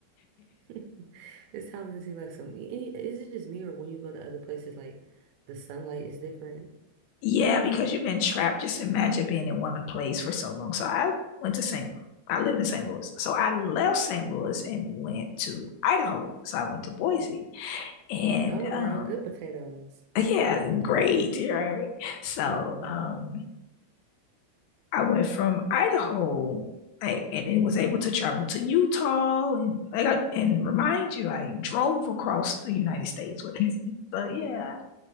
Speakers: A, on the right; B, on the left.
A: <laughs> It's time to see like some. i- i- Is it just me or when you go to other places like the sunlight is different?
B: Yeah, because you've been trapped. Just imagine being in one place for so long. So I went to St. I lived in St. Louis. So I left St. Louis and went to Idaho. So I went to Boise. And
A: Oh,
B: um
A: girl, good potatoes.
B: yeah, great. Right. So
A: <laughs> hmm
B: um I went from Idaho, like, and it was able to travel to Utah, and like, I, and remind you, I drove across the United States with it. <laughs> So yeah,